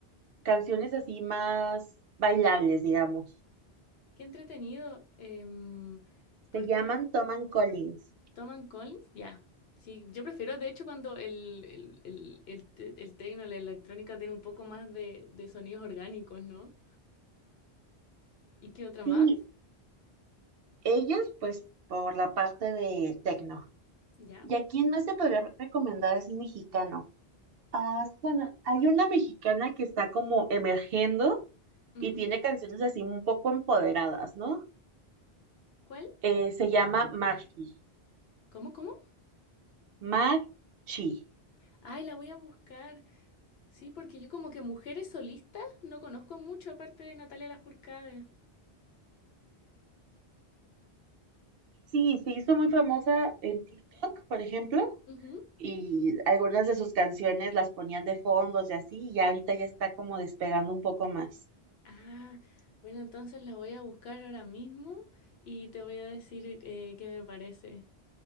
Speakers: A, on the right; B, on the left.
A: canciones así más bailables, digamos.
B: Qué entretenido, em, porque
A: Se llaman Tom and Collins.
B: toman Collins, ya. Sí, yo prefiero, de hecho, cuando el, el, el, el, te- el tecno, la electrónica tiene un poco más de, de sonidos orgánicos, ¿no? ¿Y qué otra más?
A: Y ellos, pues, por la parte de techno.
B: Ya.
A: ¿Y a quién más te podría recomendar así mexicano? Ah, bueno, hay una mexicana que está como emergiendo
B: ujú.
A: y tiene canciones así un poco empoderadas, ¿no?
B: ¿Cuál?
A: Eh, se llama Marchi.
B: ¿Cómo, cómo?
A: Marchi.
B: Ay, la voy a buscar. Sí, porque yo como que mujeres solistas no conozco mucho aparte de Natalia Lafourcade.
A: Sí, se hizo muy famosa en TikTok, por ejemplo,
B: Ujú.
A: y algunas de sus canciones las ponían de fondos y así, y ahorita ya está como despegando un poco más.
B: Ah, bueno, entonces la voy a buscar ahora mismo y te voy a decir eh, qué me parece.